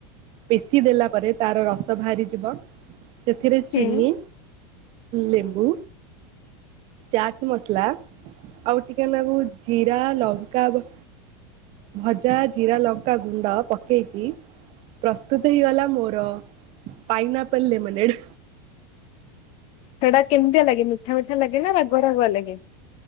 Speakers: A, on the right (about 50°); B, on the left (about 50°).
A: ପେଷି ଦେଲା ପରେ ତାର ରସ ବାହାରିଯିବ। ସେଥିରେ ଚିନି
B: ହୁଁ
A: ଲେମ୍ବୁ, ଚାଟ ମସଲା। ଆଉ ଟିକେନାକୁ ଜିରା ଲ କା ବ୍ ଭଜା ଜିରା ଲଙ୍କା ଗୁଣ୍ଡ ପକେଇକି ପ୍ର ସ୍ତୁତ ହେଇଗଲା ମୋର ପାଇନାଆପଲ୍ ଲେମୋନେଡ୍।
B: ସେଟା କେମିତିଆ ଲାଗେ? ମିଠା ମିଠା ଲାଗେ ନା, ରାଗୁଆ ରାଗୁଆ ଲାଗେ?